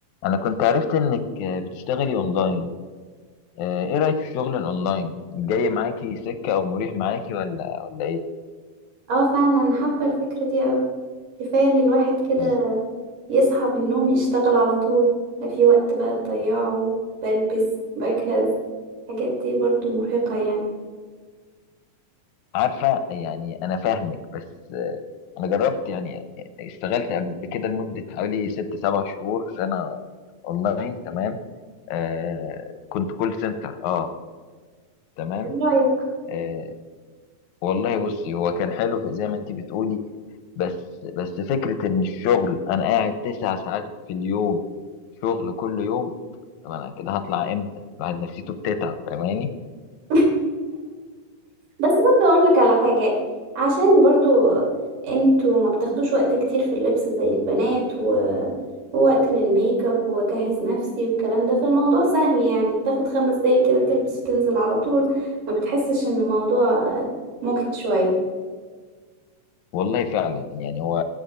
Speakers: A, on the left (about 70°); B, on the right (about 70°).
A: انا كنت عرفت انك بتشتغلي اونلاين آه، ايه رايك في الشغل الاونلاين جاي معاكي سكه او مريح معاكي ولا ولا ايه
B: اه فعلا حابة الفكرة دي اوي كفاية ان الواحد كده
A: بز-
B: يصحى من النوم يشتغل على طول لا في وقت بقى تضيعه بلبس بجهز الحاجات دي برضو مرهقة يعني
A: عارفه يعني انا فاهمك بس آه، انا جربت يعني اشتغلت قبل كده لمده حوالي ست سبع شهور سنه اونلاين تمام آه كنت كول سنتر اه تمام
B: ايه رأيك
A: آه والله بصي هو كان حلو زي ما انت بتقولي بس بس فكره ان الشغل انا قاعد تسع ساعات في اليوم شغل كل يوم طب انا كده هطلع امتى الواحد نفسيته بتتعب فاهماني
B: <laughs> بس برضو اقول لك على حاجة عشان برضو انتوا ما بتاخدوش وقت كتير في اللبس زي البنات و... ووقت للميك اب واجهز نفسي والكلام ده فالموضوع سهل يعني تاخد خمس دقايق كده تلبس وتنزل على طول ما بتحسش ان الموضوع مجهد شوية
A: والله فعلا يعني هو